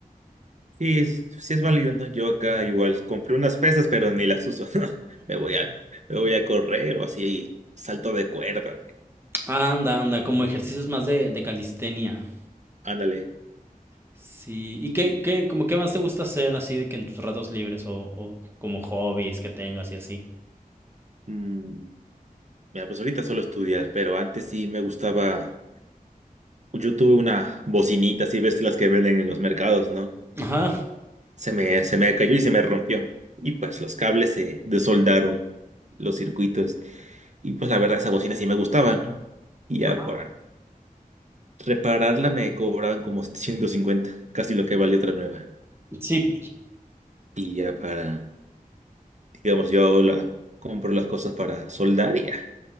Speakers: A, on the right (about 50°); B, on the right (about 15°).
A: Sí, es, sí es válido, ¿no? Yo acá igual compré unas pesas, pero ni las uso, <laughs> ¿no? Me voy a, me voy a correr o así, salto de cuerda.
B: Anda, anda, como ejercicios más de, de calistenia.
A: Ándale.
B: Sí. ¿Y qué, qué, como qué más te gusta hacer así de que en tus ratos libres o, o como hobbies que tengas y así?
A: Mm, mira, pues ahorita solo estudiar, pero antes sí me gustaba. Yo tuve una bocinita, así ves las que venden en los mercados, ¿no?
B: Ajá.
A: Se me, se me cayó y se me rompió. Y pues los cables se desoldaron, los circuitos. Y pues la verdad, esa bocina sí me gustaba, ¿no? Y ya
B: Ajá.
A: para repararla me cobraban como 150, casi lo que valió otra nueva.
B: Sí,
A: Y ya para, digamos, yo la, compro las cosas para soldar y ya.